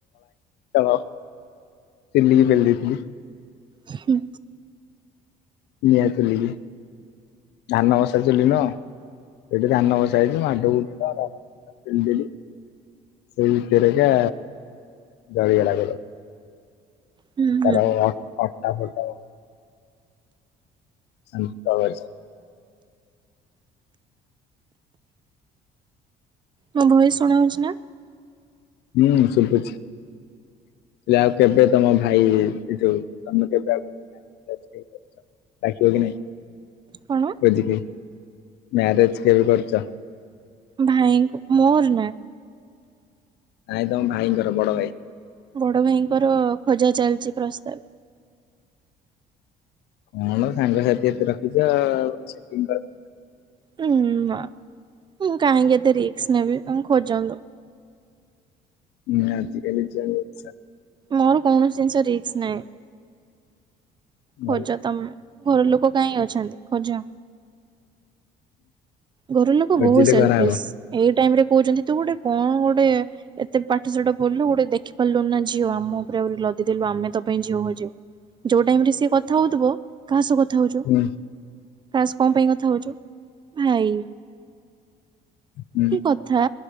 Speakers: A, on the left (about 80°); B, on the right (about 25°).
A: <inaudible> ଫେଲିକି ପେଲି ଦେଇଥିଲି।
B: ହୁଁ।
A: ନିଆ ଚୁଲିକି । ଧାନ ବସା ଚୁଲି ନୁହଁ ସେଠି ଧାନ ବସା ହେଇଛି ମାଡ ଗୁ ପେଲିଦେଲି। ସେଇ ଭିତରେଏକା ଜଳୀ ଗଲା ଗୋଡ।
B: ହୁଁ ହୁଁ
A: ତାର ଅଣ୍ଟା ଫଟା ଶାନ୍ତ। <unintelligible>
B: ମୋ ଭଏସ ଶୁଣା ଯାଉଛି ନା।
A: ହୁଁ ସୁବୁଛି। ହେଲେ ଆଉ କେବେ ତମ ଭାଇ ଏ ଯୋଉ ତମେ କେବେ ଆଉ ଡ଼ାକିବ କି ନାହିଁ।
B: କଣ?
A: ଭୁଜିକି ମ୍ୟାରେଜ କେବେ କରୁଛ?
B: ଭାଇଙ୍କୁ ମୋର ନା।
A: ନାଇ ତମ ଭାଇଙ୍କର ବଡ ଭାଇ।
B: ବଡ ଭାଇଙ୍କର ଖୋଜା ଚାଲିଛି ପ୍ରସ୍ତାବ।
A: କଣ ସାଙ୍ଗସାଥି ଏତେ ରଖିଛ ଆଉ ସେଟିଙ୍ଗ କରି
B: ହୁଁ ନା ମୁଁ କାହିଁକି ଏତେ ରିକସ ନେବି ଉଁ ଖୋଜନ୍ତୁ।
A: ହୁଁ ଆଜିିକାଲି ଯେମିତି ଚାଲି
B: ମୋର କୌଣସି ଜିନିଷ ରିକ୍ସ ନାହିଁ।
A: ଭଲ
B: ଖୋଜ ତମ ଘର ଲୋକ କାହିଁ ଅଛନ୍ତି ଖୋଜ। ଘର ଲୋକ
A: ଖୋଜିଲେ
B: ବହୁତ ସେଲଫିସ
A: କରାହବ।
B: ଏଇ ଟାଇମରେ କହୁଛନ୍ତି ତୁ ଗୋଟେ କଣ ଗୋଟେ ଏତେ ପାଠଶାଠ ପଢିଲୁ ଗୋଟେ ଦେଖି ପାରିଲୁ ନା ଝିଅ ଆମ ଉପରେ ଆହୁରି ଦେଲୁ ଆମେ ତ ପାଇଁ ଝିଅ ଖୋଜିବୁ। ଯୋଉ ଟାଇମରେ ସେ କଥା ହଉଥିବ କାହା ସହ କଥା ହଉଛୁ।
A: ହୁଁ
B: କାଶ କଣ ପାଇଁ କଥା ହଉଛୁ ଭାଇ
A: ହୁଁ
B: କି କଥା।